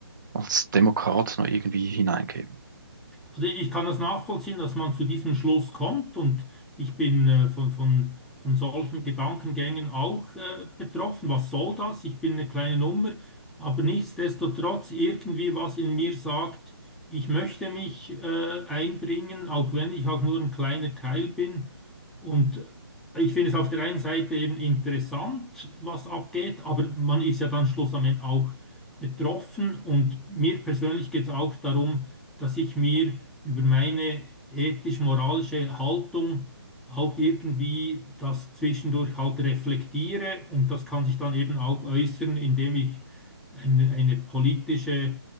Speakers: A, on the right; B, in the centre.
A: als Demokrat noch irgendwie hineingeben?
B: Also ich kann das nachvollziehen, dass man zu diesem Schluss kommt und ich bin äh, von, von, von solchen Gedankengängen auch äh, betroffen. Was soll das? Ich bin eine kleine Nummer, aber nichtsdestotrotz irgendwie was in mir sagt, ich möchte mich äh, einbringen, auch wenn ich auch nur ein kleiner Teil bin. Und ich finde es auf der einen Seite eben interessant, was abgeht, aber man ist ja dann schlussendlich auch betroffen. Und mir persönlich geht es auch darum, dass ich mir über meine ethisch-moralische Haltung auch irgendwie das zwischendurch halt reflektiere. Und das kann sich dann eben auch äußern, indem ich eine, eine politische,